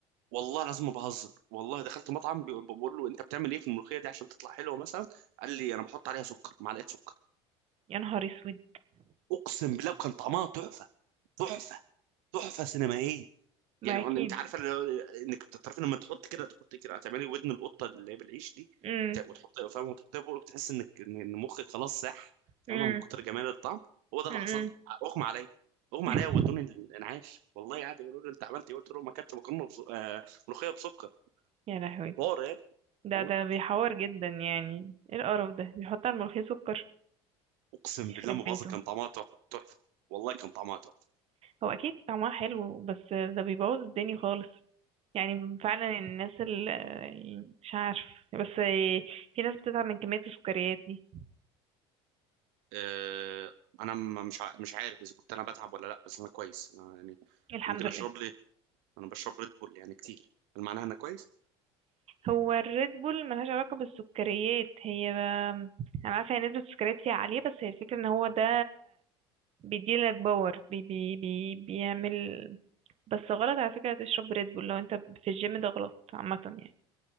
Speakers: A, on the right; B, on the right.
A: والله لازم ما بهزر والله دخلت مطعم بي- بقول له انت بتعمل ايه في الملوخيه دي عشان تطلع حلوه مثلا قال لي انا بحط عليها سكر معلقه سكر
B: يا نهار اسود
A: اقسم بالله كان طعمها تحفه تحفه تحفه سينمائيه
B: ما
A: يعني أنا-
B: اكيد
A: انت عارفه اللي هو انك بتعرفي لما تحط كده تحط كده هتعملي ودن القطه اللي هي بالعيش دي
B: امم
A: ت- وتحط فاهم وتحطها فوق بتحس انك ان إن مخك خلاص ساح فاهمه
B: امم
A: من كتر جمال الطعم هو ده اللي
B: امم
A: حصل لي اغمى عليا اغمى
B: <laughs>
A: عليا وودوني الانعاش والله عادي يقولوا لي انت عملت ايه قلت لهم ما اكلت مكرونه بس... آه... ملوخيه بسكر
B: يا لهوي
A: حوار يعني
B: ده
A: فاهمه
B: ده بيحور جدا يعني ايه القرف ده بيحط على الملوخية سكر
A: اقسم
B: يخرب
A: بالله ما
B: بيته
A: بهزر كان طعمها تح- تحفه والله كان طعمها تحفه
B: هو اكيد طعمها حلو بس ده بيبوظ الدنيا خالص يعني فعلا الناس اللي مش عارف بس في ناس بتتعب من كمية السكريات دي
A: آه... انا م- مش ع... مش عارف اذا كنت انا بتعب ولا لا بس انا كويس انا يعني
B: الحمد
A: ممكن
B: لله
A: اشرب لي انا بشرب ريد بول يعني كتير هل معناها انا كويس
B: هو الريد بول ملهاش علاقة بالسكريات هي أنا عارفة هي نسبة السكريات فيها عالية بس هي الفكرة إن هو ده بيديلك باور بي بي بي بيعمل بس غلط على فكرة تشرب ريد بول لو انت في الجيم ده غلط عامة يعني